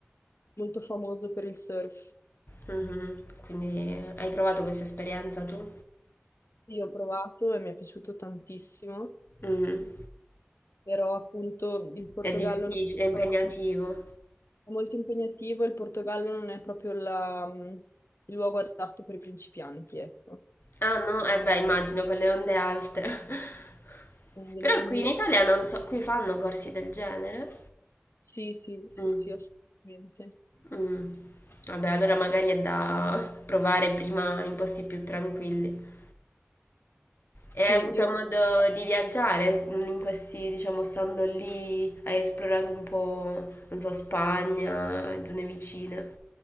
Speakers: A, on the left; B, on the left.
A: molto famoso per il surf.
B: Mhm. Quindi hai provato questa esperienza tu?
A: Sì, ho provato e mi è piaciuto tantissimo,
B: Mhm.
A: però appunto il Portogallo
B: È difficile,
A: non è
B: è impegnativo.
A: proprio- è molto impegnativo, e il Portogallo non è proprio la, mh, il luogo adatto per i principianti, ecco.
B: Ah no? Eh beh, immagino con le onde alte. <laughs>
A: Quindi
B: Però
A: le onde...
B: qui in Italia non so, qui fanno corsi del genere.
A: Sì, sì, sì,
B: Mm.
A: sì, assolutamente.
B: Mm. Vabbè, allora magari è da provare prima in posti più tranquilli. E
A: Sì,
B: hai avuto
A: io
B: modo di viaggiare in questi, diciamo, stando lì, hai esplorato un po', non so, Spagna, zone vicine.